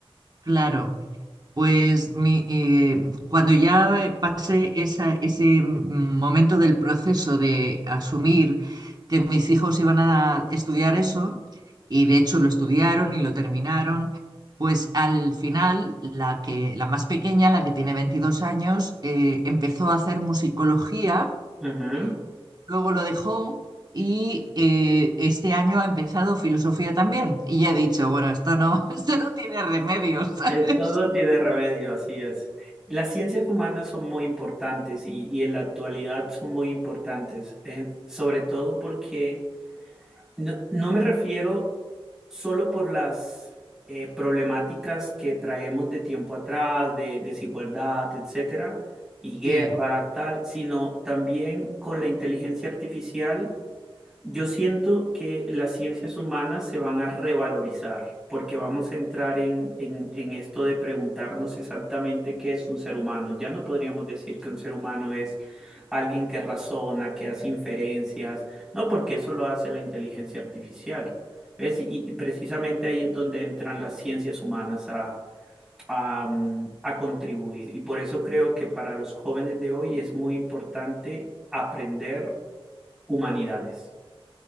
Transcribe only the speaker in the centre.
Ujú.
Eh, Todo tiene remedio, así es. Las ciencias humanas son muy importantes y, y en la actualidad son muy importantes, eh, sobre todo porque No, no me refiero solo por las eh, problemáticas que traemos de tiempo atrás, de desigualdad, etcétera, y guerra,
tal, sino también con la inteligencia artificial. Yo siento que las ciencias humanas se van a revalorizar porque vamos a entrar en, en- en esto de preguntarnos exactamente qué es un ser humano. Ya no podríamos decir que un ser humano es alguien que razona, que hace inferencias, no, porque eso lo hace la inteligencia artificial. ¿Ves? Y, y precisamente ahí es donde entran las ciencias humanas a, a, mm, a contribuir. Y por eso creo que para los jóvenes de hoy es muy importante aprender humanidades.